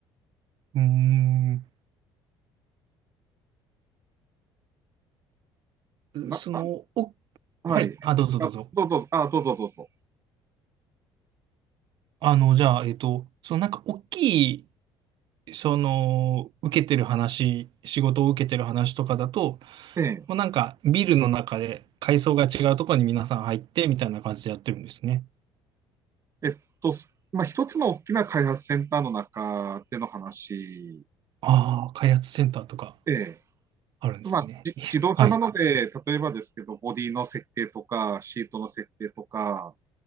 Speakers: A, on the right; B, on the right.
A: うーん。
B: なな
A: その、お、
B: はいあ。
A: はい。あ、どうぞどうぞ。
B: どうぞ、あ、どうぞ、どうぞ。
A: あの、じゃあ、えっと、そのなんか大きい、その、受けてる話、仕事を受けてる話とかだと、
B: ええ
A: もうなんかビルの中で階層が違うところに皆さん入ってみたいな感じでやってるんですね。
B: えっと、まあ、一つの大きな開発センターの中での話、
A: ああ、開発センターとか
B: ええ
A: あるんですね。
B: まあ、じ自動車なので、
A: <laughs> はい。
B: 例えばですけど、ボディの設計とか、シートの設計とか、